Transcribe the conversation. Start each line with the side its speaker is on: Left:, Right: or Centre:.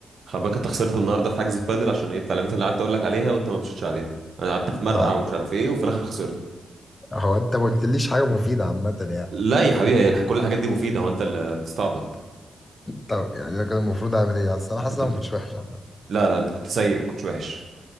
Right: خلي بالك انت خسرت النهارده في حجز البادل عشان ايه التعليمات اللي قعدت اقول لك عليها وانت ما مشيتش عليها انا قعدت اتمرقع
Left: اه
Right: ومش عارف ايه وفي الاخر خسرت
Left: هو انت ما قلتليش حاجه مفيده عامه يعني
Right: لا يا حبيبي هي كل الحاجات دي مفيده هو انت اللي بتستعبط
Left: طب يعني انا كان المفروض اعمل ايه اصل انا حاسس
Right: انت
Left: إن انا ما كنتش وحش عامه
Right: لا لا انت كنت سيء ما كنتش وحش